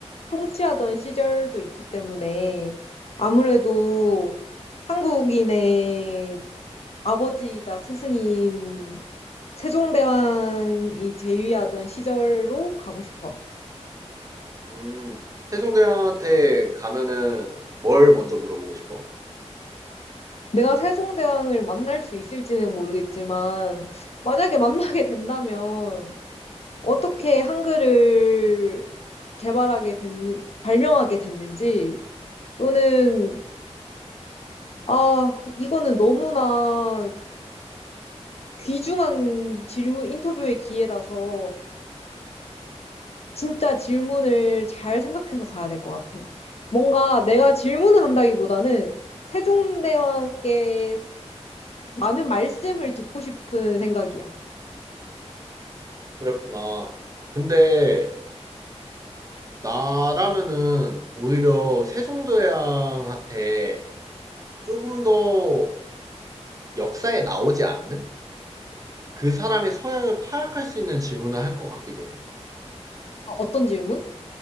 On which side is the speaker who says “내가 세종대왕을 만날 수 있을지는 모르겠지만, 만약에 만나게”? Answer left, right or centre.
Left